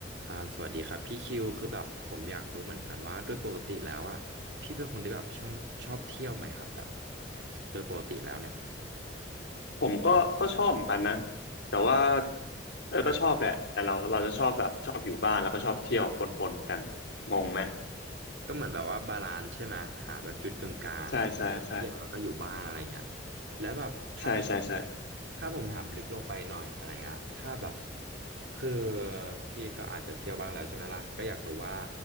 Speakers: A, on the right; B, on the left.
A: อ่าสวัสดีครับพี่คิวคือแบบผมอยากรู้เหมือนกันว่าด้วยปกติแล้วอ่ะพี่เป็นคนที่แบบช่องชอบเที่ยวไหมครับแบบโดยปกติแล้วเนี่ย
B: ผมก็ก็ชอบเหมือนกันนะแต่ว่าเออก็ชอบแหละแต่เราเราจะชอบแบบชอบอยู่บ้านแล้วก็ชอบเที่ยวปนปนกันงงไหม
A: ก็เหมือนแบบว่าบาลานซ์ใช่ไหมหาแบบจุดกึ่งกลาง
B: ใช่ใช่ใช่
A: เที่ยวแล้วก็อยู่บ้านอะไรเงี้ยแล้วแบบถ้าผม
B: ใช่ใช่ใช่
A: ถ้าผมถามลึกลงไปหน่อยอะไรเงี้ยถ้าแบบคือพี่ก็อาจจะเที่ยวบ้างแล้วใช่ไหมล่ะก็อยากรู้ว่า